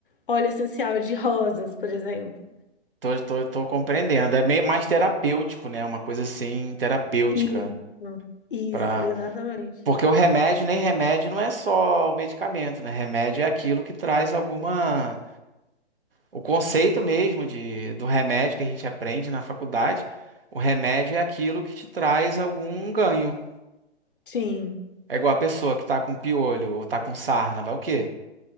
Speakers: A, on the left; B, on the right.
A: óleo essencial de rosas, por exemplo.
B: Tô, tô, tô compreendendo. É meio mais terapêutico, né? Uma coisa assim, terapêutica.
A: Isso, isso,
B: Pra...
A: exatamente.
B: Porque o remédio, nem remédio, não é só o medicamento, né? Remédio é aquilo que traz alguma. O conceito mesmo de... do remédio que a gente aprende na faculdade, o remédio é aquilo que te traz algum ganho.
A: Sim.
B: É igual a pessoa que tá com piolho ou tá com sarna, vai o quê?